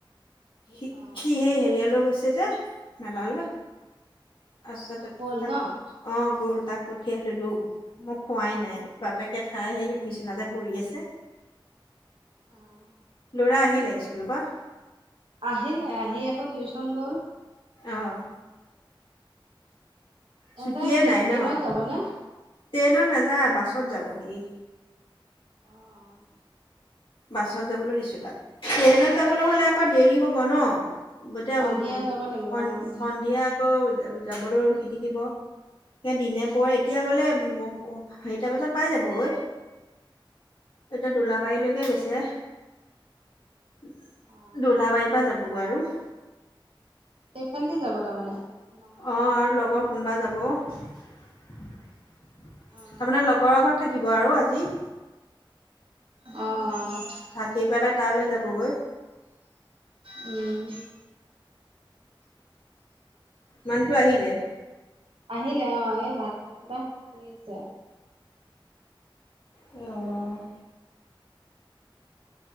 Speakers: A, on the left; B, on the right.
A: সি
B: অ',
A: সেই হেৰিয়ালৈ গৈছে যে মেলালৈ। আছে
B: অ',
A: তাত
B: গ'ল
A: থাক
B: ন?
A: অ' গ'ল তাক পঠিয়াই ল'লোঁ। মই খোৱাই নাই বাপেকে খাই সেই বিচনাতে পৰি আছে।
B: অ',
A: ল'ৰা আহিলে স্কুলৰ পৰা?
B: আহিলে আহি আকৌ টিউচন গ'ল।
A: অ'।
B: ইহঁতে
A: ছুটিয়ে
B: কি
A: নাই
B: ট্ৰেইনত
A: ন',
B: যাবনে?
A: ট্ৰেইনত নাযায় বাছত যাব সি।
B: অ'।
A: বাছত যাবলৈ দিছোঁ তাক, ট্ৰেইনত যাবলৈ হ'লে আকৌ দেৰি হ'ব ন'। <unintelligible>
B: সন্ধিয়া যাব লাগিব
A: সন
B: অ',
A: সন্ধিয়া আকৌ যাবলৈ ৰখি থাকিব। সেই দিনে পোহৰে এতিয়া গ'লে <unintelligible> চাৰিটা বজাত পাই যাব ঐ। এতিয়া দোলাবাৰীলৈকে গৈছ <unintelligible>
B: অ'।
A: দোলাবাৰীৰ পৰা যাবগৈ আৰু।
B: এইফালেদি যাব তাৰমানে। নগাঁও
A: অ'
B: হৈ
A: আৰু
B: যাব।
A: লগৰ কোনোবা যাব। তাৰমানে
B: অ',
A: লগৰৰ ঘৰত থাকিব আৰু আজি।
B: অ'।
A: থাকি পেলাই তালৈ যাবগৈ।
B: উম।
A: মানুহটো আহিলে।
B: আহিলে অ' এই ভাত তাত খাই শুই আছে।
A: অ'।